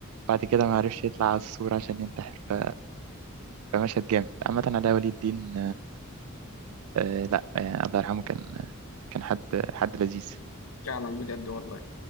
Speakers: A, on the right (about 80°); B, on the left (about 70°).
A: وبعد كده ما عرفش يطلع على السور عشان ينتحر ف- فمشهد جامد عامة علاء ولي الدين آه لا آه الله يرحمه كان كان حد حد لذيذ
B: فعلا بجد والله